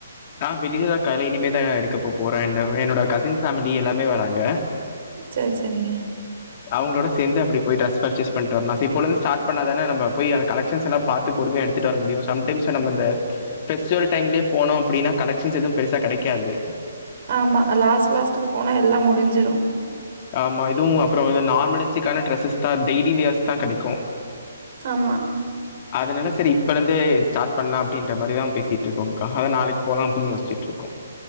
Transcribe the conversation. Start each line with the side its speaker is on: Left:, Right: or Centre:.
Left: ஆ வெளியதாக்க எல்லா இனிமேதா எடுக்க போ போறே அண்டு என்னோட கசின் ஃபேமிலி எல்லாமே வராங்க
Right: சேர் செரிங்க
Left: அவங்களோட சேந்து அப்டி போய் ட்ரஸ் பர்ச்சேஸ் பண்ட்டு வரலா செரி இப்பலோந்து ஸ்டார்ட் பண்ணா தானே நம்ம போய் அங்க கலெக்சன்ஸ் எல்லா பாத்து பொறுமையா எடு த்துட்டு வர முடியு சம்டைம்ஸ் நம்ம அந்த ஃபெஸ்டிவல் டைம்லயே போனோ அப்டின்னா கலெக்ன்ஸ் எது பெருசா கெடைக்காது
Right: ஆமா லாஸ்ட் லாஸ்ட்டுக்கு போனா எல்லா முடிஞ்சிரு
Left: ஆமா இதுவு அப்பற வந்து நார்மலிஸ்டிக்கான டிரஸெஸ்தா டெய்லி வியர்ஸ்தா கெடைக்கு
Right: ஆமா
Left: அதனால செரி இப்பருந்து ஸ்டார்ட் பண்லா அப்டின்ற மாரிதா பேசிட்ருக்கோங்க்கா அத நாளைக்கு போலா அப்டின்னு யோசிச்சிட்ருக்கோ